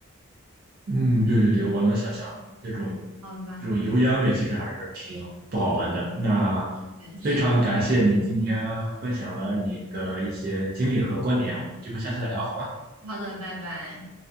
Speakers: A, on the right (about 45°); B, on the right (about 75°).
A: 嗯，对对对，我能想象这种
B: 好吧，
A: 这种油烟味其实还是挺不好闻的。那
B: 对，是。
A: 非常感谢你今天分享了你的一些经历和观点，我们有机会下次再聊，好吧？
B: 好的，拜拜。